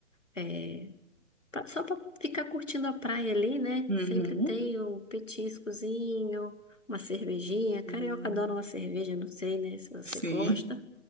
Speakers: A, on the left; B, on the right.
A: é, pra- só pra ficar curtindo a praia ali, né?
B: Uhum.
A: Sempre tem um petiscozinho, uma cervejinha.
B: Sim.
A: Carioca adora uma cerveja, não sei, né, se você
B: Sim.
A: gosta.